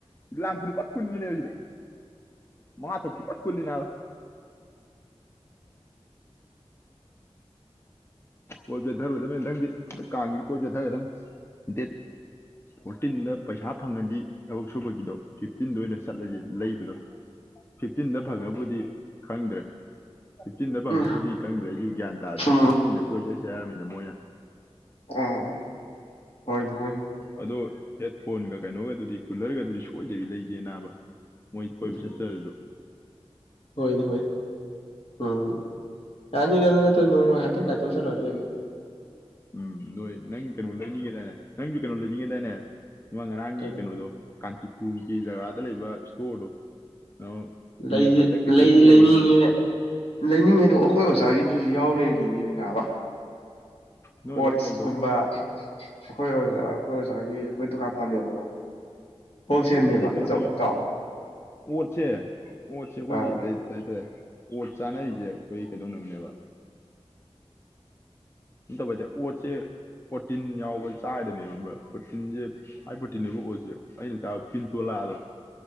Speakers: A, on the left; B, on the left.
A: ꯂꯥꯡ ꯈꯨꯅꯨ ꯐꯖꯅ ꯀꯨꯟꯕꯅꯦꯕ ꯁꯤꯗ ꯃꯉꯥ ꯇꯔꯨꯛ ꯐꯖꯅ ꯀꯨꯂꯤ ꯅꯥꯕ ꯀꯣꯏ ꯆꯠꯊꯔꯨꯒꯗꯕꯅꯤ ꯊꯪꯗꯤ ꯀꯥꯡꯈꯤ ꯀꯣꯏ ꯆꯠꯊꯒꯗꯝꯕꯅꯤ ꯐꯣꯔꯇꯤꯟꯗ ꯄꯩꯁꯥ ꯐꯪꯉꯗꯤ ꯊꯕꯛ ꯁꯨꯕꯒꯤꯗꯣ ꯐꯤꯞꯇꯤꯟꯗ ꯑꯣꯏꯅ ꯆꯠꯂꯁꯦ ꯂꯩꯕꯗꯣ ꯐꯤꯐꯇꯤꯟꯗ ꯐꯪꯉꯕꯨꯗꯤ ꯈꯪꯗ꯭ꯔꯦ ꯐꯤꯐꯇꯤꯟꯗ ꯐꯪꯉꯕꯕꯨꯗꯤ
B: ꯎꯝ
A: ꯀꯪꯗ꯭ꯔꯦ ꯑꯩꯁꯨ ꯒ꯭ꯌꯥꯟ ꯇꯥꯗ꯭ꯔꯦ
B: ꯎꯝ
A: ꯁꯤꯛꯁꯇꯤꯟꯗ ꯀꯣꯏ ꯆꯠꯁ ꯍꯥꯏꯔꯔꯕꯃꯤꯅ ꯃꯣꯏꯅ
B: ꯑꯥ ꯍꯣꯏꯅꯦ ꯍꯣꯏꯅꯦ
A: ꯑꯗꯣ ꯍꯦꯠ ꯐꯣꯟꯒ ꯀꯩꯅꯣꯒꯗꯨꯗꯤ ꯀꯨꯂꯔꯒꯗꯨꯗꯤ ꯁꯣꯏꯗꯕꯤ ꯂꯩꯒꯦ ꯅꯥꯕ ꯃꯣꯏ ꯀꯣꯏꯕꯤ
B: ꯎꯝ
A: ꯆꯥꯁꯦ ꯑꯗꯨꯁꯨ
B: ꯍꯣꯏꯅꯦ ꯍꯣꯏ ꯎꯝ ꯌꯥꯅꯤꯗꯅ ꯅꯠꯇ꯭ꯔ ꯅꯣꯡꯃ ꯉꯥꯏꯍꯥꯛꯇꯪ ꯀꯥꯏꯊꯣꯛꯑ ꯆꯠꯂꯁꯒꯦ
A: ꯎꯝ ꯅꯣꯏ ꯅꯪ ꯀꯩꯅꯣ ꯂꯩꯅꯤꯡꯉꯦꯗꯏꯅꯦ ꯅꯪꯁꯨ ꯀꯩꯅꯣ ꯂꯩꯅꯤꯡꯉꯦꯗꯥꯏꯅꯦ ꯏꯃꯨꯡ ꯉꯔꯥꯡꯒꯤ
B: ꯀꯔꯤ
A: ꯀꯩꯅꯣꯗꯣ ꯀꯥꯟꯆꯤꯄꯨꯔꯒꯤ ꯖꯒꯥꯗ ꯂꯩꯕ ꯏꯁꯇꯣꯔꯗꯣ ꯀꯩꯅꯣ ꯄꯤꯅꯠ
B: ꯂꯩꯁꯤ
A: ꯕꯇꯔ ꯀꯩꯀꯩ
B: ꯂꯩꯁꯤ
A: ꯍꯣꯡꯉꯦ
B: ꯂꯩꯅꯤꯡꯉꯦ
A: ꯍꯥꯏꯕꯗꯣ
B: ꯂꯩꯅꯤꯡꯉꯦꯗ ꯑꯩꯈꯣꯏ ꯑꯣꯖꯥꯒꯤꯗꯨꯁꯨ ꯌꯥꯎ ꯂꯩ ꯃꯤ ꯃꯤ ꯃꯤꯅꯥꯕ
A: ꯅꯣꯏ
B: ꯑꯣꯠꯁꯀꯨꯝꯕ
A: ꯑꯗꯨꯋꯥꯏ ꯀꯩꯗꯧꯕ
B: ꯑꯩꯈꯣꯏ ꯑꯣꯖꯥ ꯑꯩꯈꯣꯏ ꯑꯣꯖꯥꯒꯤ ꯃꯣꯏ ꯗꯨꯀꯥꯟ ꯐꯝꯃꯦꯕꯀꯣ ꯍꯣꯜꯁꯦꯜꯅꯦꯕ
A: ꯑꯣ ꯑꯣꯠꯁꯦ ꯀꯩꯅꯣ
B: ꯑꯆꯧ
A: ꯇꯧꯋꯦ
B: ꯆꯥꯎ
A: ꯑꯣꯠꯁꯦ ꯑꯣꯠꯁꯦ ꯑꯩꯈꯣꯏꯒꯤ
B: ꯑꯥ
A: ꯀꯩ ꯍꯥꯏꯇꯥꯔꯦ ꯑꯣꯠ ꯆꯥꯅꯔꯤꯁꯦ ꯑꯩꯈꯣꯏ ꯀꯩꯗꯧꯅꯕꯅꯦꯕ ꯇꯕꯗꯦ ꯑꯣꯠ ꯆꯦ ꯄ꯭ꯔꯣꯇꯤꯟ ꯌꯥꯎꯕ ꯆꯥꯒꯗꯅꯦꯕ ꯑꯃ꯭ꯔ ꯄ꯭ꯔꯣꯇꯤꯟꯁꯦ ꯍꯥꯏ ꯄ꯭ꯔꯣꯇꯤꯟꯗꯨꯕꯨ ꯑꯣꯏꯔꯁꯦ ꯑꯩꯅ ꯇꯥꯕ ꯄꯤꯟꯇꯣꯂꯥꯗꯣ